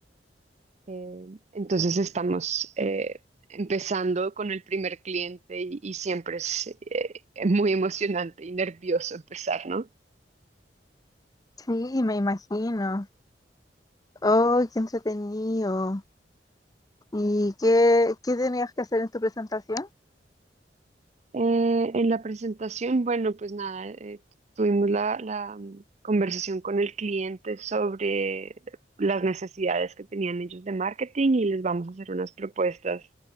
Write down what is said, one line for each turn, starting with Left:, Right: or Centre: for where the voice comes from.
Right: Eh, entonces estamos eh, empezando con el primer cliente y, y siempre es eh, muy emocionante y nervioso empezar, ¿no?
Left: Sí, me Ah, imagino. Oh, qué entretenido. ¿Y qué, qué tenías que hacer en tu presentación?
Right: Eh, en la presentación, bueno, pues nada, eh, tuvimos la, la, mm, conversación con el cliente sobre las necesidades que tenían ellos de marketing y les vamos a hacer unas propuestas